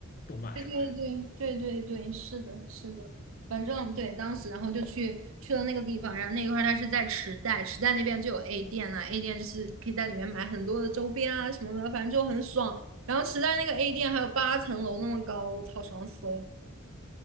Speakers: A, on the left; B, on the right.
A: 动漫是吧？
B: 对对对对对对，是的，是的，反正对，当时然后就去去了那个地方，然后那一块儿它是在池袋，池袋那边就有 A 店啊，A 店就是可以在里面买很多的周边啊什么的，反正就很爽。然后池袋那个 A 店还有八层楼那么高，我操，爽死了。